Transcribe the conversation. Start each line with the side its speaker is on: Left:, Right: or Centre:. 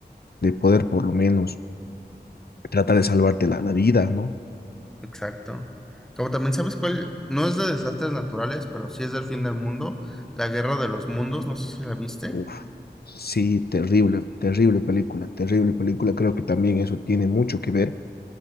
Left: de poder por lo menos tratar de salvarte la, la vida, ¿no?
Centre: Exacto. Como también sabes cuál, no es de desastres naturales, pero sí es del fin del mundo, La Guerra de los Mundos, no sé si la viste.
Left: Uf, Sí, terrible, terrible película, terrible película. Creo que también eso tiene mucho que ver